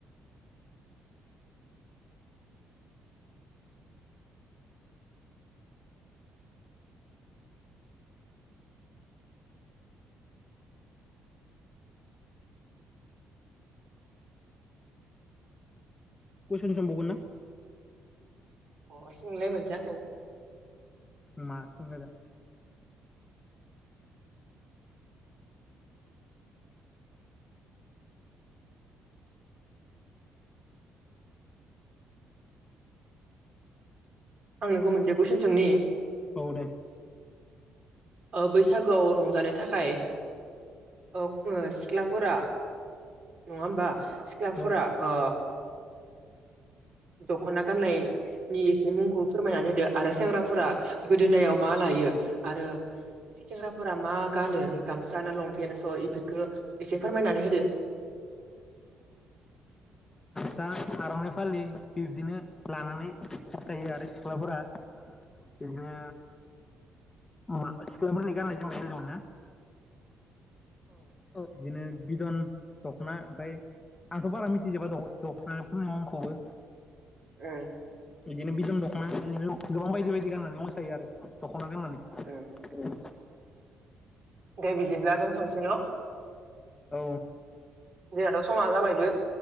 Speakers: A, on the left; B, on the right.
A: कुइसन सोंबावगोन ना
B: अ सोंलाय मोनसै आंखौ
A: मा सोंनो दा
B: आं नोंखौ मोनसे कुइसन सोंनि
A: औ दे
B: बैसागोआव रंजानो थाखाय औ सिख्लाफोरा नङा होमबा सिख्लाफोरा
A: औ
B: ओ दख'ना गाननायनि एसे मुंखौ फोरमायनानै होदो आरो सेंग्राफोरा गोदोनायाव मा लायो आरो सेंग्राफोरा मा गानो गामसा ना लंपेन्ट स' इफोरफोरखौ एसे फोरमायनानै होदो
A: दा आर'नाइ फालि बिब्दिनो लानानै मोसायो आरो सिख्लाफोरा बिदिनो मा सिख्लाफोरनि गाननाय-जोमनाय होनदोंमोन ना औ बिदिनो बिदन दख'ना ओमफ्राय आंथ' बारा मिथिजोबा द दख'नाफोरनि मुंखौबो
B: ओम
A: बिदिनो बिदन दख'ना बिदिनो गोबां बायदि बायदि गाननानै मोसायो आरो दख'ना गाननानै
B: उम दे बिदिब्ला दोनथ'नोसै न'
A: औ
B: जोंहाथ' समा जाबायबो